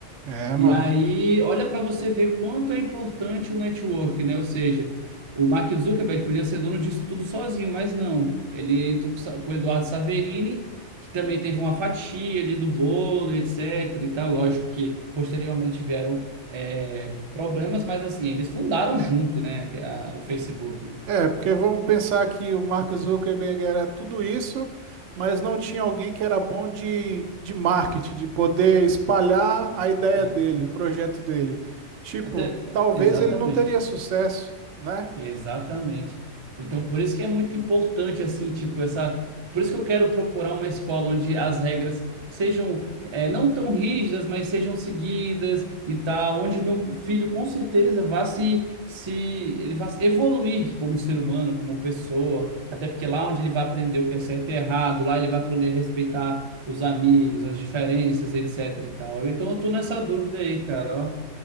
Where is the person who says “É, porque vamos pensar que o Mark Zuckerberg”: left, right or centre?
Right